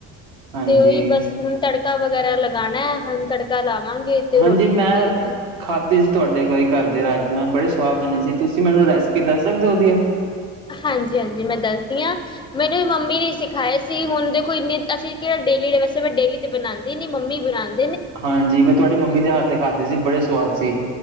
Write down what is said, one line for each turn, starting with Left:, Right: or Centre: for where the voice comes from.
Right: ਹਾਂਜੀ,
Left: ਤੇ ਔਹੀਔ ਬਸ ਹੁਣ ਤੜਕ ਤੜਕਾ ਵਗੈਰਾ ਲਗਾਣੈ ਹੋਨ ਤੜਕਾ ਲਾ ਵਾਂਗੇ ਤੇ
Right: ਹਾਂਜੀ
Left: ਰੋਟੀ
Right: ਮੈਂ
Left: ਬਨੇਗੀ।
Right: ਖਾਧੇ ਸੀ ਤੁਹਾਡੇ ਬਾਈ ਘਰ ਦੇ ਰਾਜਮਾਂ ਬੜੇ ਸੁਆਦ ਬਣੇ ਸੀ ਤੁਸੀਂ ਮੈਨੂੰ ਰੈਸਿਪੀ ਦੱਸ ਸਕਦੇ ਉਦੀਆਂ?
Left: ਹਾਂਜੀ ਹਾਂਜੀ, ਮੈਂ ਦੱਸਦੀ ਹਾਂ ਮੈਨੂੰ ਵੀ ਮੰਮੀ ਨੇ ਈ ਸਿਖਾਏ ਸੀ ਹੁਣ ਦੇਖੋ ਈਨੇ ਅਸੀਂ ਕੇੜਾ ਡੇਲੀ ਲਗੇਸੀ ਮੈ ਡੇਲੀ ਤੇ ਬਣਾਂਦੀ ਨੀ ਮੰਮੀ ਬਣਾਣ
Right: ਹਾਂਜੀ ਮੈਂ ਤੁਹਾਡੀ ਮੰਮੀ ਦੇ ਹੱਥ ਦੇ ਖਾਧੇ ਸੀ ਬੜੇ ਸਵਾਦ ਸੀ